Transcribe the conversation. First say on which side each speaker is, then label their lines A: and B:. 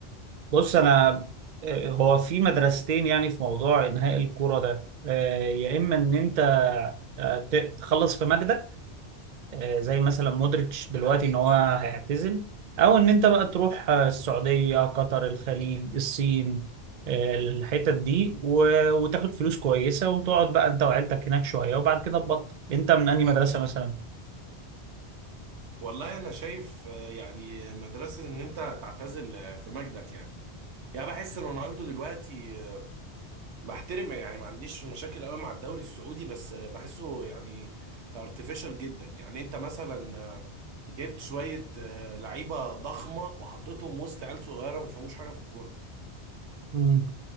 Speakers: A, on the right; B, on the right.
A: بص انا آه، هو في مدرستين يعني في موضوع انهاء الكوره ده آه، يا اما ان انت آه، ت- تخلص في مجدك آه، زي مثلا مودريتش دلوقتي ان هو هيعتزل او ان انت بقى تروح آه، السعوديه قطر الخليج الصين آه، الحتت دي و- وتاخد فلوس كويسه وتقعد بقى انت وعيلتك هناك شويه وبعد كده تبطل انت من انهي مدرسه مثلا
B: والله انا شايف آه، يعني مدرسة ان انت تعتزل آه، في مجدك يعني يعني بحس رونالدو دلوقتي بحترم يعني ما عنديش مشاكل قوي مع الدوري السعودي بس بحسه يعني ارتفيشال جدا يعني انت مثلا جبت شوية لعيبة ضخمة وحطيتهم وسط عيال صغيرة ما بيفهموش حاجة في الكورة
A: مم.